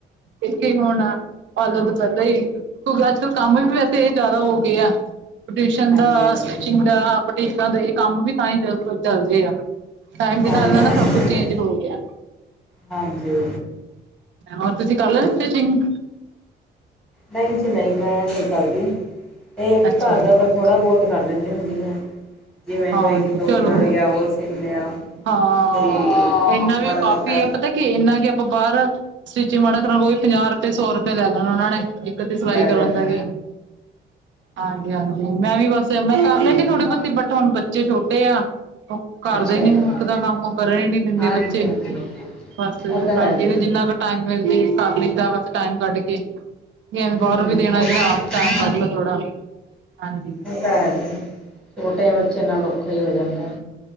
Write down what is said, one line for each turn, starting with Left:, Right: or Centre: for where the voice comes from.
Right: ਇਥੇ ਹੁਣ ਪਾਰਲਰ ਪਹਿਲਾਂ ਹੀ ਕਿਉਂਕਿ ਅੱਜ ਕੱਲ ਕੰਮ ਵੀ ਵੈਸੇ ਇਹ ਜ਼ਿਆਦਾ ਹੋ ਗਏ ਆ ਟਿਊਸ਼ਨ
Centre: ਹਾਂਜੀ
Right: ਦਾ
Centre: ਹਾਂਜੀ
Right: ਸਟਿਚਿੰਗ ਦਾ ਬੁਟੀਕਾਂ ਦਾ ਇਹ ਕੰਮ ਵੀ ਤਾਂ ਹੀ ਚੱਲਦੇ ਆ ਟਾਇਮ ਦੇ
Centre: ਹਾਂਜੀ
Right: ਨਾਲ ਨਾਲ ਨਾ ਸਭ ਕੁਛ ਚੇਂਜ ਹੋ ਗਿਆ
Centre: ਹਾਂਜੀ
Right: ਹੋਰ ਤੁਸੀਂ ਕਰ ਲੈਦੇ ਸਟਿਚਿੰਗ
Centre: ਨਹੀਂ ਜੀ ਨਹੀਂ ਮੈਂ ਨਹੀਂ ਕਰਦੀ ਇਹ ਕਿ
Right: ਅੱਛਾ
Centre: ਘਰ ਦਾ
Right: ਜੀ
Centre: ਫੇਰ ਥੋੜ੍ਹਾ ਬਹੁਤ ਕਰ ਲੈਂਦੇ ਹੁੰਦੀ ਆ ਜਿਵੇਂ
Right: ਹਾਂਜੀ
Centre: ਕੋਈ ਕਿਤੋਂ
Right: ਚਲੋ
Centre: ਉਦੜ ਗਿਆ ਉਹ ਸਿਲ ਲਿਆ
Right: ਹਾਂ
Centre: ਕੋਈ
Right: ਇੰਨਾ ਵੀ
Centre: ਮਾੜਾ
Right: ਕਾਫੀ
Centre: ਮੋਟਾ
Right: ਹੈ ਪਤਾ ਕੀ ਇਨਾ ਕਿ ਆਪਾਂ ਬਾਹਰ ਸਟਿਚਿੰਗ ਮਾੜਾ ਕਰੋ ਵੀ ਪੰਜਾਹ ਰੁਪਏ ਸੌ ਰੁਪਏ ਲੈ ਲੈਣਾ ਉਹਨਾਂ ਨੇ ਇੱਕ ਅੱਧੀ ਸਿਲਾਈ
Centre: ਲੈ
Right: ਕਰਨ
Centre: ਲੈਣਾ
Right: ਦਾ ਵੀ ਹਾਂਜੀ ਹਾਂਜੀ ਮੈਂ ਵੀ ਬਸ ਮੈਂ ਕਰ
Centre: ਉਹ
Right: ਲੈਂਦੀ
Centre: ਤਾਂ ਹੈ
Right: ਥੋੜੀ ਬਹੁਤੀ ਬਟ ਹੁਣ ਬੱਚੇ ਛੋਟੇ ਆ ਉਹ ਘਰ
Centre: ਅੱਛਾ
Right: ਦਾ ਹੀ ਨੀ
Centre: ਜੀ
Right: ਮੁੱਕਦਾ ਕੰਮ ਕਰਨ ਹੀ ਨੀ ਦਿੰਦੇ
Centre: ਹਾਂਜੀ
Right: ਬੱਚੇ
Centre: ਹਾਂਜੀ
Right: ਬਸ
Centre: ਉਹ ਤਾਂ ਹੈ
Right: ਟਾਈਮ ਕ
Centre: ਜੀ
Right: ਜਿੰਨਾ ਟਾਈਮ ਮਿਲਦੇ ਕਰ ਲਈ ਦਾ ਬਸ ਟਾਈਮ ਕੱਢ ਕੇ ਐਵੇਂ ਬਾਹਰੋਂ
Centre: ਹੂੰ ਹੂੰ
Right: ਵੀ ਦੇਣਾ
Centre: ਛੋਟਾ
Right: ਆਪ ਟਾਈਮ ਕੱਢ ਲੋ ਥੋੜਾ ਹਾਂਜੀ
Centre: ਉਹ ਤਾਂ ਹੈ ਜੀ ਛੋਟੇ ਬੱਚਿਆਂ ਨਾਲ ਔਖਾ ਹੀ ਹੋ ਜਾਂਦਾ